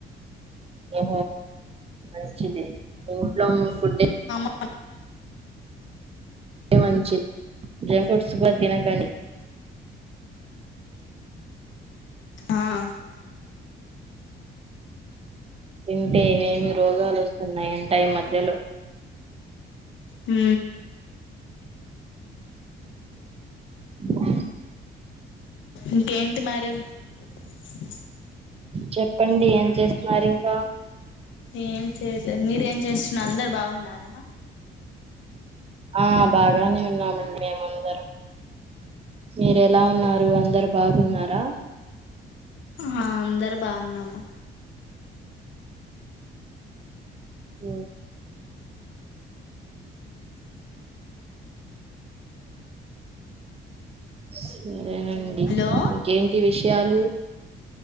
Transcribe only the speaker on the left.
అ
ఆా
హ
ఇంకేంటి మరి <inaudible>
ఏం చేయట్లేదు మీర ఏం చేస్తున్న అందరు బాగున్నారా
ఆ అందరు బాగున్నామ్మా
హలో